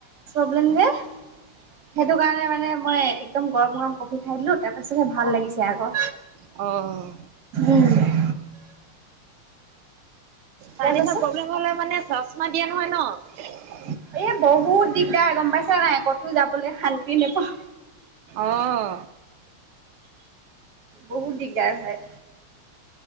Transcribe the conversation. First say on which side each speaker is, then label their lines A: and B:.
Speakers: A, on the right; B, on the right.
A: সেইটো কাৰণে মানে মই একদম গৰম গৰম কফি খাই দিলো তাৰ পিছতহে ভাল লাগিছে আকৌ
B: অ',
A: উম
B: চাইনিজৰ
A: তাৰপাছত
B: প্ৰব্লেম হলে মানে চশমা দিয়া নহয় ন
A: এ বহুত দিগদাৰ গম পাইছা নাই ক'তো যাবলৈ শান্তি নেপাও
B: অহ
A: বহুত দিগদাৰ হয়